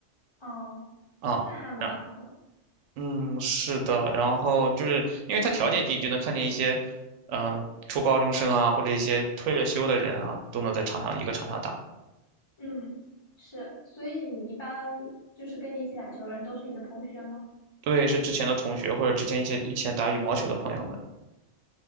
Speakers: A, on the left; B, on the right.
A: 哦，
B: 啊，
A: 那还蛮好的。
B: 然嗯，是的，然后就是因为它条件低，就能看见一些，嗯、初高中生啊，或者一些退了休的人啊，都能在场上一个场上打。
A: 嗯，是，所以你一般就是跟你一起打球的人都是你的同学吗？
B: 对，是之前的同学或者之前一些以前打羽毛球的朋友们